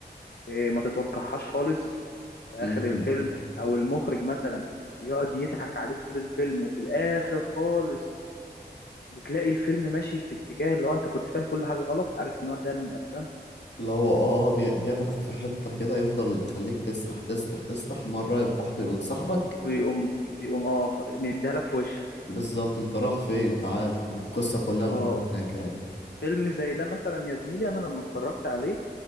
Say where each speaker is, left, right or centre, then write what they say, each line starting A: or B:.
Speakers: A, on the left (about 70°); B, on the left (about 85°).
A: إيه ما تتوقعهاش خالص في اخر
B: امم
A: الفيلم او المخرج مثلا بيقعد يضحك عليك طول الفيلم وفي الاخر خالص بتلاقي الفيلم ماشي في اتجاه اللي هو انت كنت فاهم كل حاجة غلط عارف النوع ده من الافلام
B: اللي هو اه آه، بي- بياخدك في حته كده يفضل يخليك تسرح تسرح تسرح مره واحده يقوم سحبك
A: ويقوم ويقوم اه مديها لك في وشك
B: بالظبط انت رايح فين تعالى دي القصه كلها
A: اه
B: بتدور هناك اهي
A: فيلم زي ده مثلا يا زميلي انا لما اتفرجت عليه